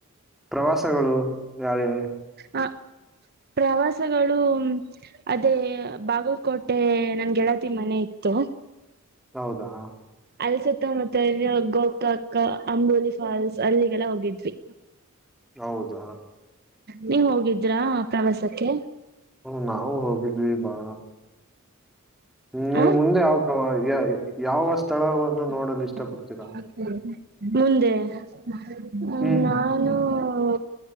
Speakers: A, in the centre; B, on the right.
A: ಪ್ರವಾಸಗಳು ಯಾರೇ
B: ಆ ಪ್ರವಾಸ ಗಳು ಅದೇ ಬಾಗಲಕೋಟೆ ನನ್ ಗೆಳತಿ ಮನೆ ಇತ್ತು
A: ಹೌದಾ
B: ಅಲ್ಲಿ ಸುತ್ತಮುತ್ತ ಗೋಕಾಕ ಅಂಬೋಲಿ ಫಾಲ್ಸ್ ಅಲ್ಲಿಗೆಲ್ಲ ಹೋಗಿದ್ವಿ
A: ಹೌದ
B: ನೀವ್ ಹೋಗಿದ್ರಾ ಪ್ರವಾಸಕ್ಕೆ
A: ಹ್ಮ ನಾವು ಹೋಗಿದ್ವಿ ಬಾ ಹ್ಮ ನೀವು
B: ಆ
A: ಮುಂದೆ ಯಾವ ಪ್ರ ಯಾವ ಸ್ಥಳವನ್ನು ನೋಡಲು
B: <unintelligible>
A: ಇಷ್ಟಪಡ್ತೀರಾ
B: ಮುಂದೆ ಹ್ಮ
A: ಹ್ಮ್
B: ನಾನು ಹಓ